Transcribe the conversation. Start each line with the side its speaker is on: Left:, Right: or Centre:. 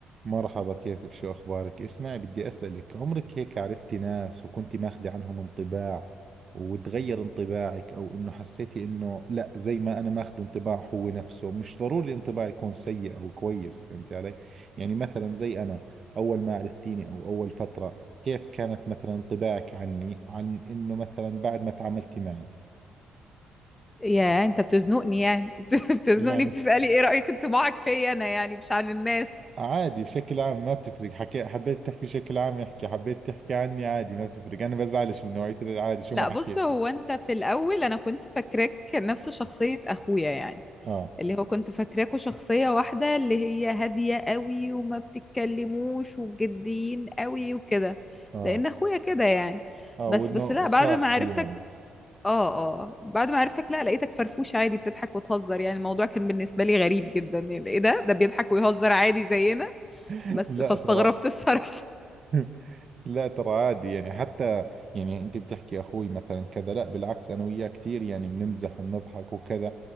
Right: مرحبا كيفك شو أخبارك؟ اسمعي بدي أسألك عمرك هيك عرفتي ناس وكنتي ماخذة عنهم انطباع وتغير انطباعك أو إنه حسيتي إنه لا زي ما أنا ماخذ انطباع هو نفسه مش ضروري الانطباع يكون سيء أو كويس فهمتي علي؟ يعني مثلا زي أنا أول ما عرفتيني أو أول فترة كيف كانت مثلا انطباعك عني عن إنه مثلا بعد ما تعاملتي معي؟
Left: يا انت بتزنقني يعني <laughs> بتزنقني
Right: يعني
Left: بتسألي ايه رأيك انطباعك فيا انا يعني مش عن الناس
Right: عادي بشكل عام ما بتفرق حكي حبيت تحكي بشكل عام احكي حبيت تحكي عني عادي ما بتفرق انا بزعلش من نوعية العادي شو
Left: لا
Right: ما حكيتي
Left: بص هو انت في الاول انا كنت فاكراك نفس شخصية اخويا يعني
Right: اه
Left: اللي هو كنت فاكراكوا شخصية واحدة اللي هي هادية قوي وما بتتكلموش وجديين قوي وكده
Right: اه
Left: لان اخويا كده يعني
Right: اه
Left: بس
Right: وانه
Left: بس لا
Right: صاحبي
Left: بعد ما عرفتك
Right: يعني
Left: اه اه بعد ما عرفتك لا لقيتك فرفوش عادي بتضحك وتهزر يعني الموضوع كان بالنسبة لي غريب جدا يعني ايه ده ده بيضحك ويهزر عادي زينا
Right: <laughs>
Left: بس
Right: لا
Left: فاستغربت
Right: ترى
Left: الصراحة
Right: <laughs> لا ترى عادي يعني حتى يعني انت بتحكي اخوي مثلا كذا لا بالعكس انا وياه كثير يعني بنمزح وبنضحك وكذا